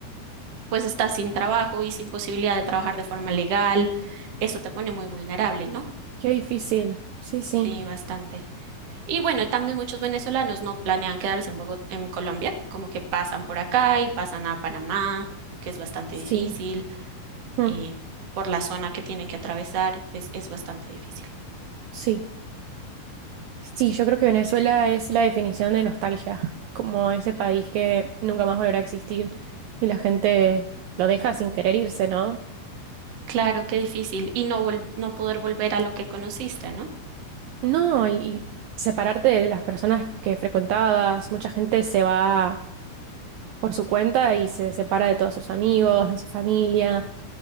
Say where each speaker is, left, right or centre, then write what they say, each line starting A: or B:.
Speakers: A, on the right; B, on the right.
A: pues estás sin trabajo y sin posibilidad de trabajar de forma legal. Eso te pone muy vulnerable, ¿no?
B: qué difícil. Sí, sí.
A: Sí, bastante. Y bueno, también muchos venezolanos no planean quedarse en Bogot- en Colombia, como que pasan por acá y pasan a Panamá, que es bastante
B: Sí.
A: difícil,
B: mm,
A: y por la zona que tienen que atravesar, es, es bastante difícil.
B: sí. Sí, yo creo que Venezuela es la definición de nostalgia, como ese país que nunca más volverá a existir y la gente lo deja sin querer irse, ¿no?
A: Claro, qué difícil. Y no, vol- no poder volver a lo que conociste, ¿no?
B: No, y, y separarte de las personas que frecuentabas, mucha gente se va por su cuenta y se separa de todos sus amigos, de su familia.